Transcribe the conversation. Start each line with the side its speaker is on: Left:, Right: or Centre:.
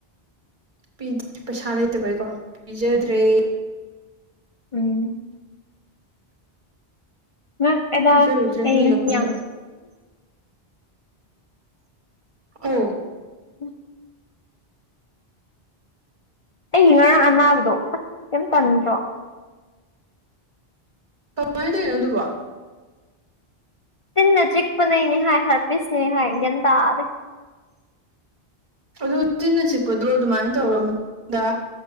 Right: ꯄꯤꯦ ꯄꯩꯁꯥ ꯂꯩꯇꯕꯩꯀꯣ ꯄꯤꯖꯗ꯭ꯔꯦ
Left: ꯎꯝ ꯉ ꯑꯦꯗꯥ
Right: ꯄꯤꯖꯕꯤꯗ꯭ꯔꯦ
Left: ꯑꯩꯝꯅ
Right: ꯍꯨꯏꯒ ꯑꯝꯇ ꯑꯣ
Left: ꯎꯝ ꯑꯩꯒꯤ ꯉꯔꯥꯡ ꯑꯅꯥꯕꯗꯣ ꯑꯁ ꯀꯔꯤꯝꯇꯟꯗ꯭ꯔꯣ
Right: ꯇꯃꯉꯥꯏꯅ ꯇꯣꯏꯩꯅꯅꯣ ꯑꯗꯨꯀꯣ
Left: ꯇꯤꯟꯅ ꯆꯤꯛꯄ ꯅꯩꯅꯦ ꯍꯥꯏ ꯍꯥꯔꯄꯤꯁꯅꯦ ꯍꯥꯏ ꯒ꯭ꯌꯥꯟ ꯇꯥꯗꯦ
Right: ꯑꯗꯨ ꯇꯤꯟꯅ ꯆꯤꯛꯄꯗꯣ ꯑꯗꯨꯃꯥꯏꯅ ꯇꯧꯔꯕ ꯃꯇꯨꯡꯗ